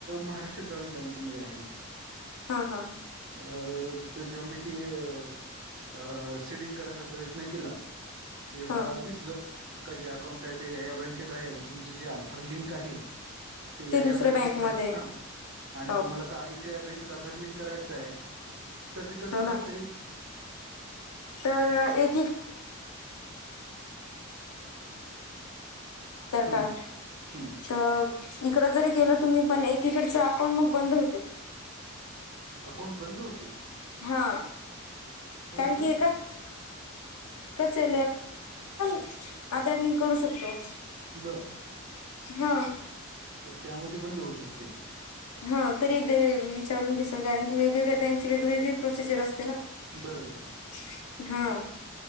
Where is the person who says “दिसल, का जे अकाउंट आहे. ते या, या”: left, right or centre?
Right